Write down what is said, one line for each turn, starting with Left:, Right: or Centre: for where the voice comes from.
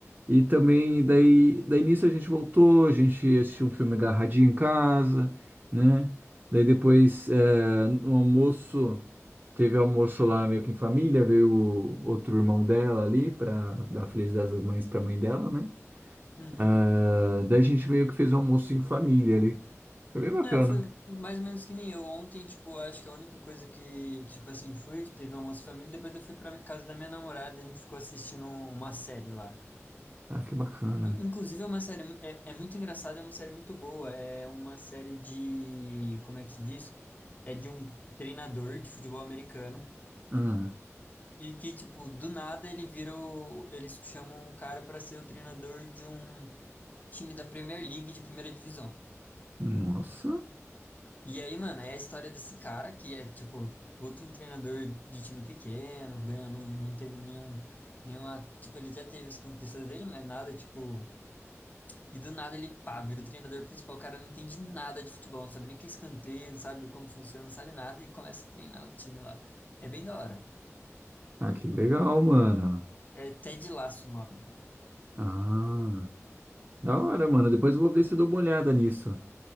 Right: E também, daí, daí nisso a gente voltou, a gente assistiu um filme agarradinho em casa, né? Daí depois, é, no almoço, teve almoço lá meio que em família, veio o outro irmão dela ali pra dar Feliz Dia das Mães pra mãe dela, né?
Left: Uhum.
Right: Ah, daí a gente meio que fez um almoço em família ali. Foi bem bacana.
Left: É, foi mais ou menos que nem eu. Ontem, tipo, acho que a única coisa que, que, tipo assim, fui, teve almoço de família, depois eu fui pra mi- casa da minha namorada, a gente ficou assistindo uma série lá.
Right: Ah, que bacana.
Left: In- Inclusive, é uma série, mu- é, é muito engraçada, é uma série muito boa. É uma série de, como é que se diz? É de um treinador de futebol americano
Right: Ah,
Left: e que, tipo, do nada ele vira o, eles chamam um cara para ser o treinador de um time da Premier League de primeira divisão.
Right: nossa.
Left: E aí, mano, é a história desse cara que é, tipo, puta um treinador de time pequeno, ganha, não, não teve nenhum, nenhuma, tipo, ele já teve as conquistas dele, mas nada, tipo E do nada ele, pá, vira o treinador principal. O cara não entende nada de futebol, não sabe nem o que é escanteio, não sabe como funciona, não sabe nada e começa a treinar o time lá. É bem da hora.
Right: Ah, que legal, mano.
Left: É Ted Lasso o nome.
Right: Ah, da hora, mano. Depois eu vou ver se dou uma olhada nisso.